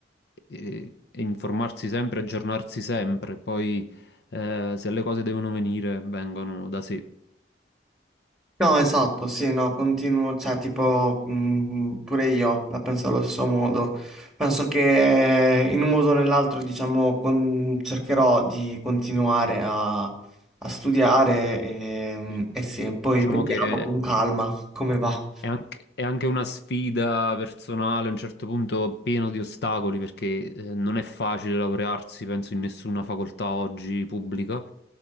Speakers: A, on the left (about 65°); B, in the centre.
A: e, e informarsi sempre, aggiornarsi sempre, poi eh, se le cose devono venire, vengono da sé.
B: No, esatto, sì, no, continuo, cioè, tipo, mh, pure io la penso allo stesso modo. Penso che eh, in un modo o nell'altro, diciamo, con- cercherò di continuare a, a studiare e,
A: Sì.
B: e sì, poi
A: Diciamo
B: vediamo
A: che
B: con calma come va.
A: È anche, è anche una sfida personale, a un certo punto pieno di ostacoli, perché eh, non è facile laurearsi, penso, in nessuna facoltà oggi pubblica.